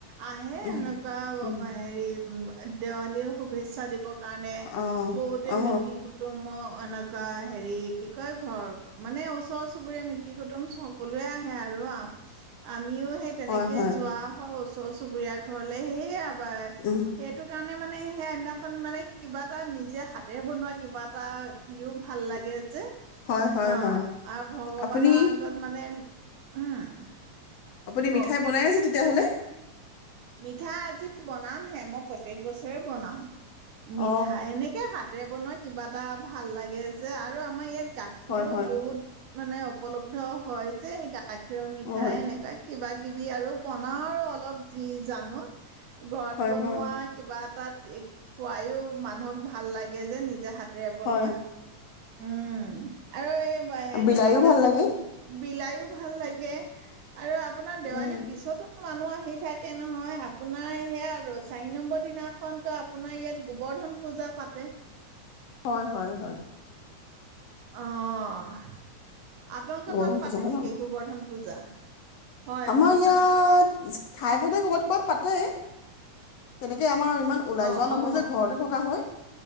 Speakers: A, on the right; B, on the left.
A: আহে
B: উম
A: এনেকুৱা ৱ
B: উম
A: হেৰি ব দেৱালীও শুভেচ্ছা দি ব কাৰণে,
B: অ
A: বহুতে
B: অ
A: মিতি কুটুম <inaudible> কা হেৰি কি কৈ ঘৰ মানে ওচৰ চুবুৰীয়া, মিতিৰ কুটুম চকলোৱে আহে আৰু-আ আমিও হে তেনেকে
B: হয় হয়
A: যোৱা হয়, উচ ওচৰ চুবুৰীয়াৰ ঘৰলে সেই বা,
B: উম
A: সেইটো কাৰণে মানে মানে সেই আইনাখন মানে কিবা এটা নিজে হাতেৰে বনোৱা কিবা এটা দিও ভাল লাগে যে।
B: হয় হয়
A: অ',
B: হয়
A: আৰু ভগৱানৰ
B: আপুনি
A: আগত মানে উম।
B: আপুনি
A: কওক
B: মিঠাই বনাই আছে তেতিয়াহ'লে?
A: মিঠাই আজি বনামহে, মই প্ৰত্যেক বছৰে বনাও
B: অ
A: মিঠাই এনেকে হাতেৰে বনোৱা কিবা এটা ভাল লাগে যে আৰু আমাৰ ইয়াত গাখীৰো
B: হয় হয়
A: বহুত মানে উপলব্ধ হয় যে সেইকা গাখীৰৰ মিঠাই
B: হয়
A: এনেকুৱা কিবা কিবি আৰু পনা আৰু অলপ যি জানক ঘৰত
B: হয়
A: বনোৱা
B: হয়
A: কিবা এটাত এ খোৱায়ো মানুহক ভাল লাগে যে নিজে হাতেৰে বনোৱা,
B: হয়
A: উম আৰু এই ব হেৰি
B: বিলাইও
A: কি কয়
B: ভাল লাগে
A: বিলায়ো ভাল লাগে। আৰু আপোনাৰ দেৱালীৰ
B: উম
A: পিছতো মানুহ আহে। সি থাক তাকে নহয় আপোনাৰ সেয়া আৰু চাৰি নম্বৰ দিনাখনতো আপোনাৰ ইয়াত গোবৰ্ধন পূজা পাতে।
B: হয় হয় হয়।
A: অহ আপোনালোকৰ
B: গৰম
A: তাত
B: পূজা
A: পাতে
B: হয়
A: নেকি
B: ন
A: গোবৰ্ধন পূজা হয়
B: আমাৰ
A: হয়
B: ইয়াত ঠাই ভদে কবাত কবাত পাতে তেনেকে তোমাৰ ইমান ওলাই
A: অ
B: যোৱা নহয়
A: অ
B: যে ঘৰতে থকা হয়।